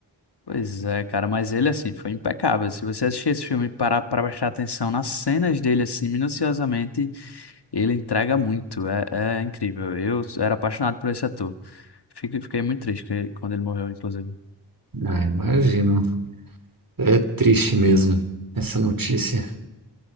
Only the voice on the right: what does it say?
Ah, imagino. É triste mesmo essa notícia.